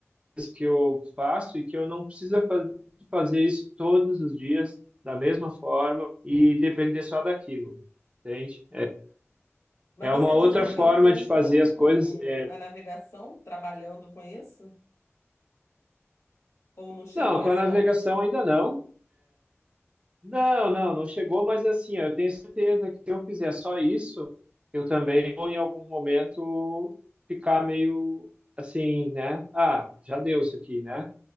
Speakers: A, on the right (about 25°); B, on the left (about 75°).
A: as que eu faço e que eu não precisa fa- fazer isso todos os dias da mesma forma e depender só daquilo, entende?
B: Mas
A: É
B: você
A: uma
B: desencantou
A: outra forma de
B: um
A: fazer
B: pouco
A: as coisas.
B: com
A: é.
B: a navegação, trabalhando com isso? Ou não chegou
A: Não,
B: a
A: com
B: esse
A: a navegação
B: ponto?
A: ainda não. Não, não, não chegou, mas assim, eu tenho certeza que se eu fizer só isso, eu também vou em algum momento ficar meio assim, né? Ah, já deu isso aqui, né?